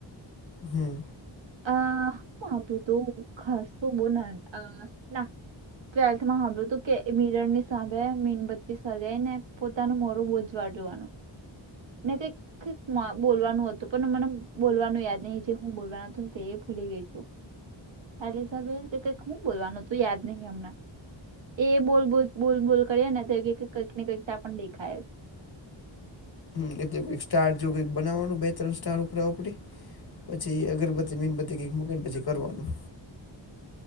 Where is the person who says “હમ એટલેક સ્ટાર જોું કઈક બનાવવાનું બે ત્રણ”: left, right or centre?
Left